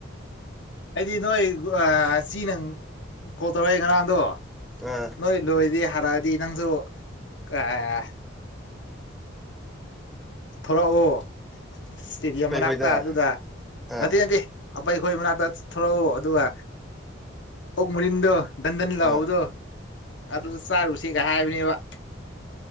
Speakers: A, on the left; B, in the centre.
A: ꯑꯩꯗꯤ ꯅꯣꯏ ꯑꯥ ꯁꯤ ꯅꯪ ꯀꯣꯜ ꯇꯧꯔꯛꯑꯦ ꯉꯔꯥꯡꯗꯣ ꯫
B: ꯑꯥ
A: ꯅꯣꯏ ꯂꯣꯏꯔꯗꯤ ꯍꯥꯏꯔꯛꯑꯗꯤ ꯅꯪꯁꯨ ꯑꯥ ꯊ‌ꯣꯂꯛꯑꯣ ꯏꯁꯇꯦꯗꯤꯌꯝ
B: ꯑꯩꯈꯣꯏ
A: ꯃꯅꯥꯛꯇ
B: ꯈꯣꯏꯗ
A: ꯑꯗꯨꯗ
B: ꯑꯥ
A: ꯅꯠꯇꯦ ꯅꯠꯇꯦ ꯫ ꯑꯄꯩ ꯈꯣꯏ ꯃꯅꯥꯛꯇ ꯊꯣꯛꯂꯛꯎ ꯑꯗꯨꯒ ꯑꯣꯛ ꯃꯨꯔꯤꯟꯗꯣ ꯗꯟꯗꯟ ꯂꯥꯎꯕꯗꯣ
B: ꯑꯥ
A: ꯑꯗꯨꯗ ꯆꯥꯔꯨꯁꯦꯒ ꯍꯥꯏꯕꯅꯦꯕ ꯫